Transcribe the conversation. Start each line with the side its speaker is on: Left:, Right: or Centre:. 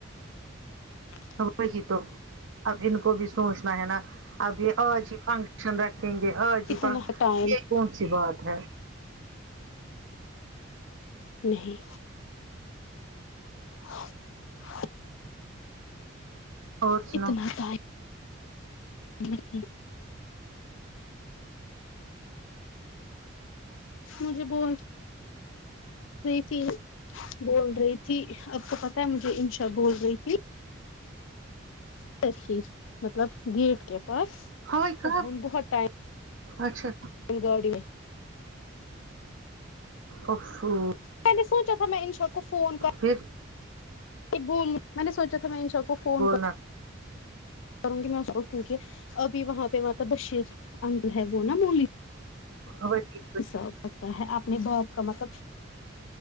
Left: <inaudible>
Right: وہی تو اب ان کو بھی سوچنا ہے نا اب یہ آج ہی فنکشن رکھ رکھیں گے <unintelligible>
Left: اتنا ٹائم
Right: یہ کون سی بات ہے
Left: نہیں <inaudible>
Right: اور سناؤ
Left: اتنا ٹائم <unintelligible> مجھے بول رہی تھی بول رہی تھی آپ کو پتہ ہے مجھے انشا بول رہی تھی کل ہی مطلب گیٹ کے پاس
Right: ہاں اقرا
Left: تو ہم بہت ٹائم
Right: اچھا
Left: گاڑی میں
Right: اففو
Left: میں نے سوچا تھا میں انشا کو فون
Right: پھر
Left: کے بول میں نے سوچا تھا میں انشا کو فون
Right: بولنا
Left: کر کروں گی میں کیونکہ ابھی وہاں پہ مطلب بشیر انگل ہے وہ نا مولی
Right: ہاں جی
Left: حساب رکھتا ہے اپنے باپ کا مطلب